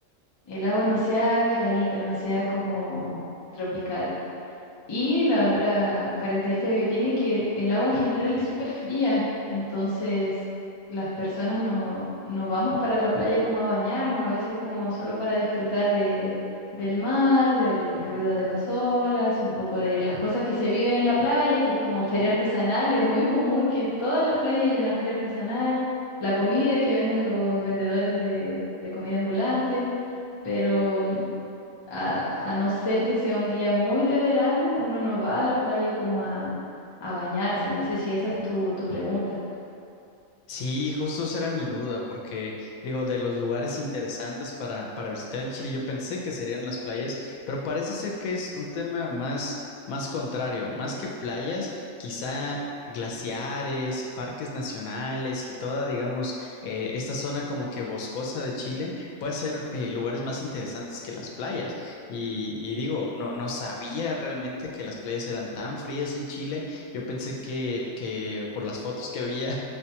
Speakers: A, on the left; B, on the left.
A: El agua no sea clarita, no sea como tropical. Y la otra característica que tiene es que el el agua en general es súper fría, entonces las personas no, no vamos para la playa como a bañarnos, a veces como solo para disfrutar de, del mar, del ruido de las olas, un poco de las cosas que se viven en la playa, que es como feria artesanal, es muy común que en todas las playas hay una feria artesanal, la comida que venden los vendedores de, de comida ambulante, pero a, a no ser que sea un día muy de verano, uno no va a la playa como a, a bañarse. No sé si esa es tu, tu pregunta.
B: Sí, justo esa era mi duda, porque digo, de los lugares interesantes para, para visitar en Chile, yo pensé que serían las playas, pero parece ser que es un tema más, más contrario, más que playas, quizá glaciares y parques nacionales y toda, digamos, eh, esta zona como que boscosa de Chile puede ser eh, lugares más interesantes que las playas. Y, y digo, no, no sabía realmente que las playas eran tan frías en Chile. Yo pensé que, que por las fotos que había